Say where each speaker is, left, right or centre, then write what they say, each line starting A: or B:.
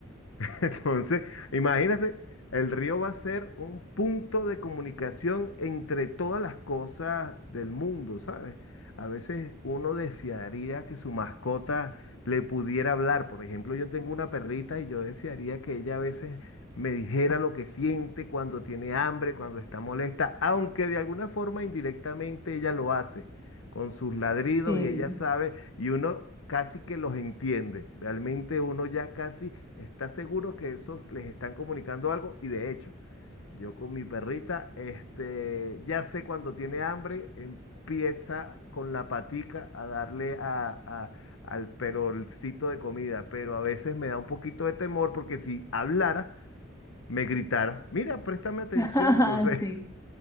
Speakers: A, on the left; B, on the left.
A: <laughs> Entonces, imagínate, el río va a ser un punto de comunicación entre todas las cosas del mundo, ¿sabes? A veces uno desearía que su mascota le pudiera hablar. Por ejemplo, yo tengo una perrita y yo desearía que ella a veces me dijera lo que siente cuando tiene hambre, cuando está molesta, aunque de alguna forma indirectamente ella lo hace con sus ladridos
B: Eh,
A: y ella sabe y uno casi que los entiende. Realmente uno ya casi está seguro que esos les están comunicando algo y de hecho, yo con mi perrita, este, ya sé cuando tiene hambre, empieza con la patica a darle a, a- al perolcito de comida, pero a veces me da un poquito de temor porque si hablara, me gritara, mira, préstame atención,
B: <laughs>
A: entonces
B: Sí,